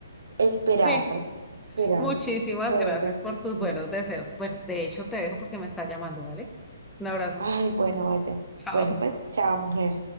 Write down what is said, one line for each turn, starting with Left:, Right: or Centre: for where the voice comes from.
Right: Esperar,
Centre: Sí,
Right: esperar.
Centre: muchísimas
Right: De
Centre: gracias
Right: verdad
Centre: por
Right: que sí.
Centre: tus buenos deseos. Bueno, de hecho te dejo porque me está llamando, ¿vale? Un abrazo.
Right: Ay, bueno, vaya.
Centre: Chao.
Right: Bueno, pues chao, mujer.